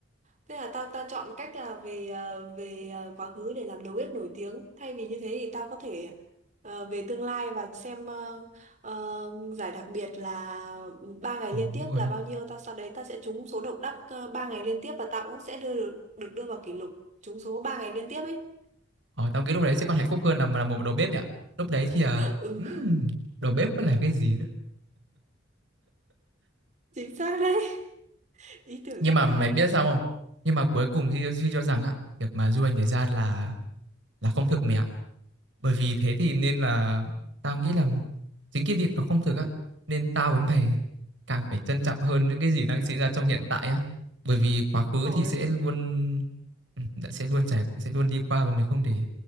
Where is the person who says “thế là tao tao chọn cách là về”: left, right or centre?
Right